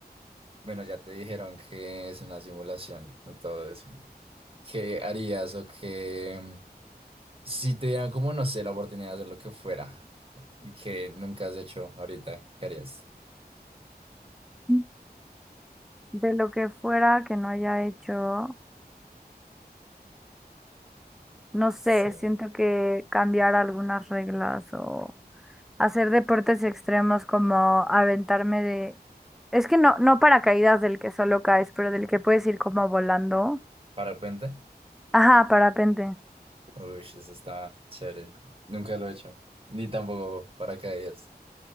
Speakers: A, on the right; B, in the centre.
A: bueno, ya te dijeron que es una simulación, no todo eso. ¿Qué harías o qué? Si te dieran como, no sé, la oportunidad de hacer lo que fuera y que nunca has hecho ahorita, ¿qué harías?
B: Mm. De lo que fuera que no haya hecho, no sé,
A: Sí.
B: siento que cambiar algunas reglas o hacer deportes extremos como aventarme de... Es que no, no paracaídas del que solo caes, pero del que puedes ir como volando.
A: ¿Parapente?
B: Ajá, parapente.
A: Uy, eso está chévere. Nunca lo he hecho. Ni tampoco paracaídas.